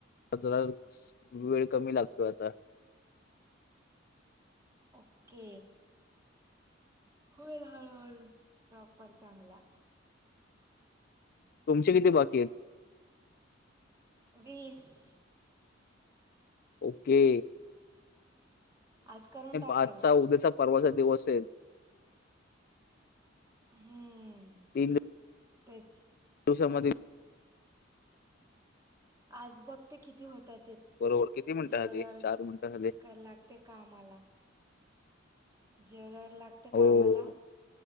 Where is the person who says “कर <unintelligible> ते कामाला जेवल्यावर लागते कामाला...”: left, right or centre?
Right